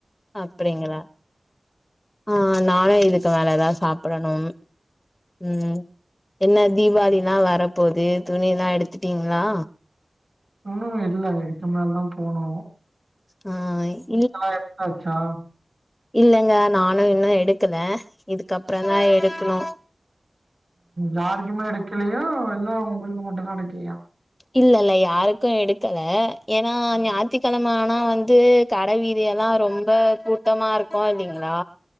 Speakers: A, on the left; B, on the right.
A: அப்டிங்களா ஆ நானு இதுக்கு மேலதா சாப்டணு ம் என்ன தீபாவளிலா வரபோது துணில்லா எடுத்துட்டீங்களா
B: உன்னு இல்ல இதுக்கு மேல தா போனு
A: அஹ்
B: <unintelligible> எடுத்தாச்சா
A: இல்லங்க நானு இன்னு எடுக்கல இதுக்கப்பறோ தா எடுக்கணு
B: யாருக்குமே எடுக்கலையோ இல்ல உங்களுக்கு மட்டுதா எடுக்கலையா
A: இல்ல இல்ல யாருக்கு எடுக்கல ஏன்னா ஞாத்திகெழம ஆனா வந்து கட வீதியெல்லா ரொம்ப கூட்டமா இருக்கு இல்லைங்ளா